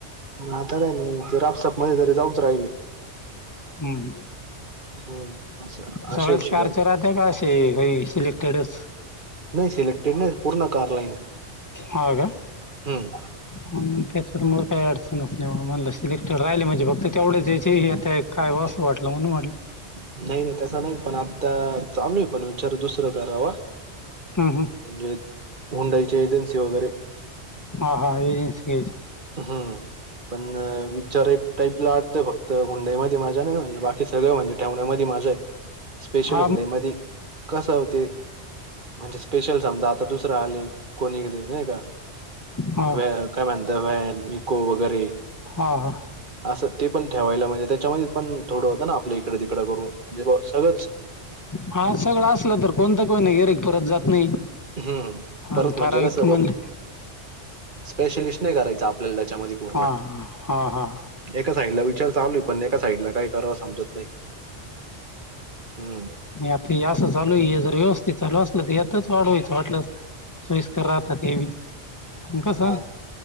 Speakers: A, on the right; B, on the left.
A: आता काही नाही ते रापसाप मध्ये तरी जाऊच राहिले.
B: हम्म.
A: हम्म अस अशा
B: सगळच
A: हिशोबाने
B: कारच राहत का असे काही सिलेक्टेडच
A: नाही सिलेक्टेड नाही पूर्ण कार लाईन
B: ह का.
A: हम्म
B: मग त्याच्यातमुळ काही अडचणच नाही म्हण सिलेक्टेड राहिले म्हणजे बघ तर तेवढ्याच यय काय असं वाटलं म्हण म्हटलं
A: नाही नाही तस नाही पण आता चालू आहे पण विचार दुसरं करावा
B: हम्म हम्म
A: म्हणजे हुंडाईची एजन्सी वगैरे
B: ह हा हे ये जे ये
A: हम्म पण विचार एक टाईपला वाटतय फक्त हुंडई मध्ये माझ्या नाही बाकी की सगळं म्हणजे ठेवण्यामध्ये माझा आहे. स्पेशल
B: हा
A: हुंडई मध्ये कसं होते म्हणजे स्पेशल समजा आता दुसरं आले कोणी नाही का
B: हा
A: व काय म्हणत व्हॅन इको वगैरे
B: हा हा.
A: असं ते पण ठेवायला म्हणजे त्याच्यामध्ये पण थोडं होतं ना आपल्या इकडें तिकडं करून म्हणजे सगळंच
B: हा सगळं असलं तर कोणतं कोणी नाही गिर परत जात नाही.
A: हम्म
B: आणि
A: परत
B: ठराविक
A: म्हणजे कस
B: म्हणले
A: स्पेशलिस्ट नाही करायच आपल्याला चा मध्ये पूर्ण
B: हा हा हा हा
A: एका साईडला विचार चालू ये पण साईड ला काय करावं समजत नाही. हम्म
B: आता यां चालू ये जरी व्यवस्थित चालू असलं तर याताच वाढवायचं वाटलं असतं सोईस्कर राहतात हे बी काम कस...
A: हा